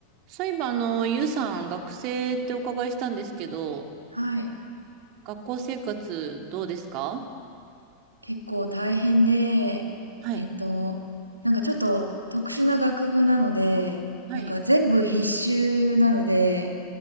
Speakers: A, on the right; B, on the right.
A: そういえば、あの、ゆうさん、学生ってお伺いしたんですけど、
B: はい。
A: 学校生活どうですか
B: 結構大変で、
A: はい。
B: えっと、なんかちょっと特殊な学部なので、
A: はい。
B: なんか全部必修なので、